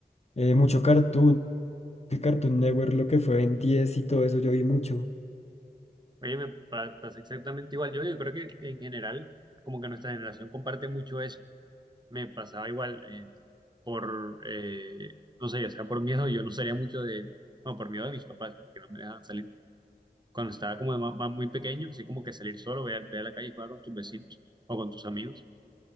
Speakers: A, on the left; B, on the right.
A: eh, mucho Cartoon, Cartoon Network, lo que fue en 10 y todo eso yo vi mucho.
B: Oye, me pa- pasa exactamente igual. Yo, yo creo que en general, como que nuestra generación comparte mucho eso. Me pasaba igual eh, por, eh, no sé, ya sea por miedo, yo no salía mucho de, bueno, por miedo de mis papás, porque no me dejaban salir. Cuando estaba como de ma- ma- muy pequeño, así como que salir solo, ve a, ve a la calle y jugar con tus vecinos o con tus amigos.